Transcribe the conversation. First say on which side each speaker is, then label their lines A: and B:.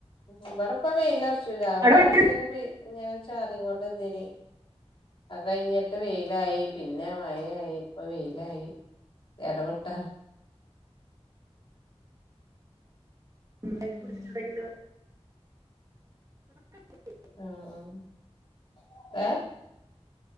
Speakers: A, on the left; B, on the right.
A: ഇവിടെപ്പ വെയില അടിച്ചു രാവിലെ
B: അവിടെ
A: കൊറച്ച നേരം ഇങ്ങനെ ചാറികൊണ്ടിന്നിനി അത് കയ്ഞ്ഞ് ട്ട് വെയിലായി പിന്നെ മഴയായി ഇപ്പ വെയിലായി ഇടവിട്ട
B: ഒണ്ടാക്കി
A: ഉം
B: കുടിച്ചിട്ട്ട്ടെങ്കിൽ
A: ആ ആ ഏ?